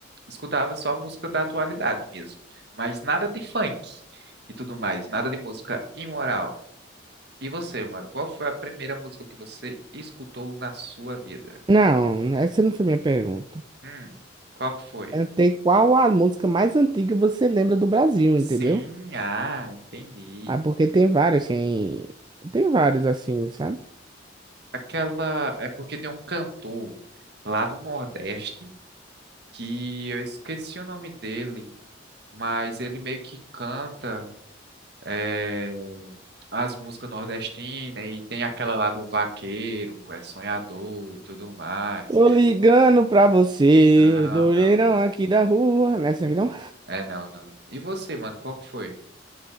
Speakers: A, on the right (about 55°); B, on the right (about 25°).
A: escutava só música da atualidade mesmo, mas nada de funk e tudo mais, nada de música imoral. E você, mano, qual foi a primeira música que você escutou na sua vida?
B: Não, essa não foi minha pergunta.
A: Hum, qual que foi?
B: Perguntei qual a música mais antiga você lembra do Brasil,
A: Sim,
B: entendeu?
A: ah, entendi.
B: Ah, porque tem várias, tem, tem várias assim, sabe?
A: Aquela é porque tem um cantor lá do Nordeste que eu esqueci o nome dele, mas ele meio que canta é, as músicas nordestinas e tem aquela lá do vaqueiro, é sonhador e tudo mais.
B: Tô ligando pra você,
A: Não,
B: do
A: não,
B: leirão
A: não.
B: aqui da rua. Nessa aqui não?
A: É, não, não. E você, mano, qual que foi?